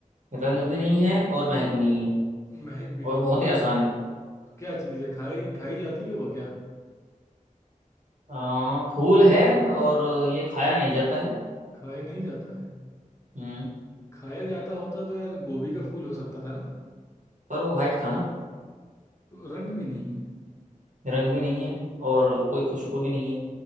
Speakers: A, on the right; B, on the left.
A: रंग भी नहीं है और महक भी नहीं है
B: महक भी
A: और
B: नहीं
A: बहुत ही आसान है
B: क्या चीज़ है खाई खाई जाती है वो क्या
A: आ, फूल है और ये खाया नहीं जाता है
B: खाया नहीं जाता है
A: हम्म
B: खाया जाता होता तो यार गोभी का फूल हो सकता था ना
A: पर वो वाइट था ना
B: तो रंग भी नहीं है
A: रंग भी नहीं है और कोई खुशबू भी नहीं है